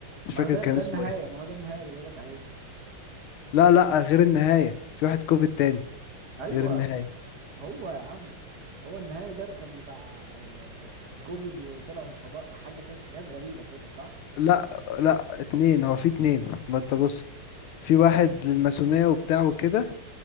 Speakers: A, on the left; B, on the right.
A: مش
B: ما
A: فاكر
B: هو ده
A: كان
B: ده
A: اسمه
B: النهاية
A: ايه
B: ما هو ده النهاية اللي بقولك عليه
A: لا لا غير النهايه في واحد كوفيد تاني
B: ايوه
A: غير النهايه
B: هو يا عم هو النهاية ده اللي كان بتاع آه، آه، كوفيد وطلعوا في الفضاء حاجة كده حاجات غريبة كده صح
A: لا لا اتنين هو في اتنين ما انت بص في واحد للماسونية وبتاع وكده